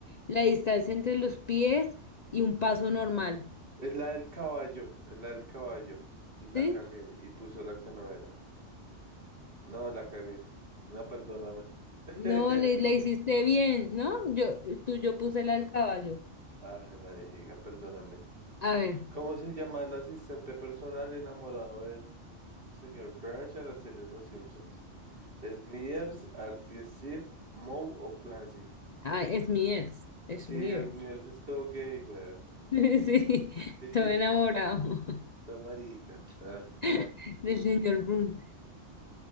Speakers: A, on the left; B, on the right.
A: la distancia entre los pies y un paso normal.
B: Es la del caballo, es la del caballo. Y la
A: ¿Sí?
B: cagué y puso la que no era. No, la cagué. No, perdóname. <laughs>
A: No, le, le hiciste bien, ¿no? Yo, tú, yo puse la al caballo.
B: Ay, marica, perdóname.
A: A ver,
B: ¿Cómo se llama el asistente personal enamorado del señor Burns en la serie Los Simpsons? ¿Smithers, Artie, Sif, Moe o Clancy?
A: ay, es mi ex, es
B: Sí,
A: mi ex.
B: Smithers
A: <laughs>
B: es todo gay, weón.
A: Sí,
B: Sí,
A: estoy
B: <laughs>
A: enamorado
B: está marica. Dale.
A: <laughs> del señor Brun.